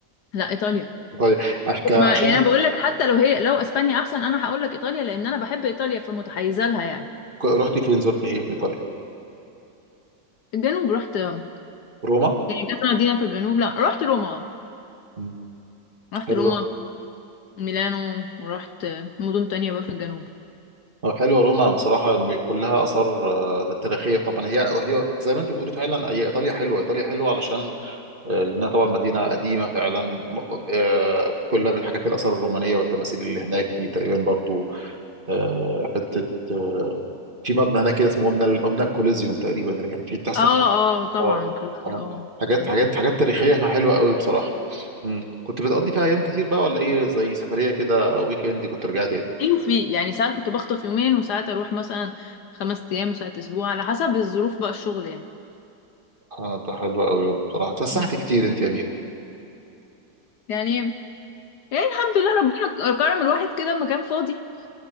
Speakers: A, on the left (about 65°); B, on the right (about 30°).
A: لا ايطاليا
B: إيطاليا عش- ك- عشان
A: ما يعني انا بقول لك حتى لو هي لو اسبانيا احسن انا هقول لك ايطاليا لان انا بحب ايطاليا فمتحيزة لها يعني
B: ك- رحتي فين زرتي إيه في إيطاليا؟
A: الجنوب رحت يعني
B: روما؟
A: كذا مدينة في الجنوب لا رحت روما
B: مم.
A: رحت
B: حلو
A: روما ميلانو ورحت مدن تانية بقى في الجنوب
B: آه، حلوة روما بصراحة م- كلها آثار آه، تاريخية طبعا هي هي زي ما أنت بتقولي فعلا هي إيطاليا حلوة إيطاليا حلوة علشان آه، لأنها طبعا مدينة قديمة فعلا م- آه، كلها بالحاجات الآثار الرومانية والتماثيل اللي هناك في تقريبا برضو آه، حتة آه، في مبنى هناك كده اسمه مبنى ال- مبنى الكوليزيوم تقريبا اللي كان فيه بتحصل
A: اه
B: فيه
A: اه طبعا
B: اه
A: كنت
B: آه،
A: اه
B: حاجات
A: اوكي
B: حاجات حاجات تاريخية فحلوة قوي بصراحة مم. كنت بتقضي فيها أيام كتير بقى ولا إيه زي سفرية كده ويك إند كنت رجعت تاني
A: ايه وفي يعني ساعات كنت بخطف يومين وساعات اروح مثلا خمس ايام وساعات اسبوع على حسب الظروف بقى الشغل يعني
B: آه، ده حلو قوي بصراحة اتفسحت
A: مم.
B: كتير أنت يا أميرة
A: يعني يعني الحمد لله ربنا كرم الواحد كده لما كان فاضي